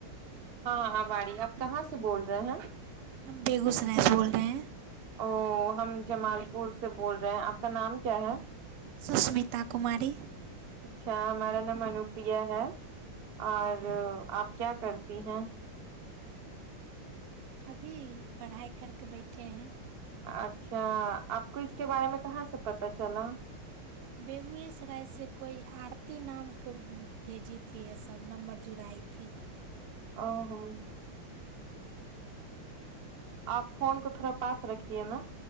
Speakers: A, on the right; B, on the right.
A: हं अब आ रही है। आप कहां से बोल रहे हैं।
B: हम बेगूसराय से बोल रहे है।
A: ओ हम जमालपुर से बोल रहे है आपका नाम क्या है।
B: सुष्मिता कुमारी।
A: अच्छा हमारा नाम अनुप्रिया है और
B: हाँ
A: आप क्या करती हैं।
B: अभी पढ़ाइ करके बैठे हैं।
A: अच्छा आपको इसके बारे मे कहां से पता चला।
B: बेगुएसराय से कोई आरती नाम के भेजी थी ये सब नम्बर जुड़ाई थी।
A: ओ हो। आप फोन को थोड़ा पास रखिए न।